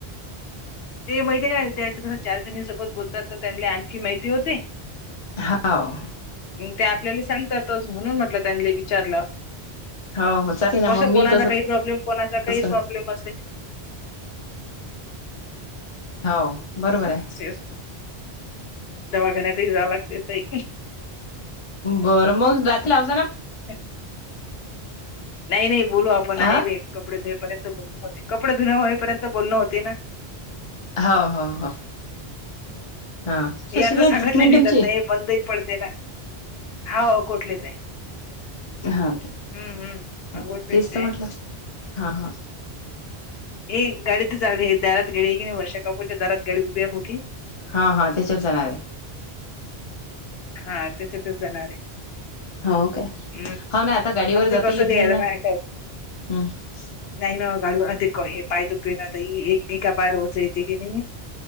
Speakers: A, on the left (about 70°); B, on the left (about 40°).
A: ते माहितीय आहे काय त्याचा कसं चारजणीन सोबत बोलतात तर त्यांना आणखी माहिती होते.
B: हाव
A: ते आपल्याला सांगतातच म्हणून म्हटलं त्यांनले विचारलं.
B: हो हो चालते ना
A: कसं
B: मग मी
A: कोणाचा
B: तसच
A: काही प्रॉब्लेम कोणाचा काही
B: करत
A: प्रॉब्लेम असेल.
B: हाव बरोबर आहे.
A: एस दवाखान्यातही जावं लागते ताई.
B: बरं मग राती लावजाना
A: ह <inaudible> नाही रे बोलू आपण
B: हा
A: आहे वेळ कपडे धुयेपर्यंत बोलू होते. कपडे धुने होईपर्यंत बोलणं होते ना.
B: हो हो हो हा कशील
A: याच
B: ना
A: सांगितले
B: ट्रीटमेंट
A: नाही
B: तुमची
A: जात ना हे बंदही पडते ना. हाव कोटलेच आहे.
B: हां
A: हम्म हम्म.
B: हां
A: अकोटलेच
B: तेच
A: आहे.
B: तर म्हटलं हां हां.
A: हे गाडीत झाली दारात गाडी आहे क नाही वर्षा काकूच्या दारात गाडी उभी आहे मोठी.
B: हा हा त्याच्यात जाणार आहे.
A: हा त्याच्यातच जाणार आहे.
B: हो काय?
A: हम्
B: हो ना आता गाडीवर
A: फक्त
B: जाता
A: कस
B: येत
A: <unintelligible>
B: नाही ना हम्म
A: नाही बाबा गाडी अ ते क हे पाय दुखतोय ना ताई एक बी का पाय रोच येते की नाही.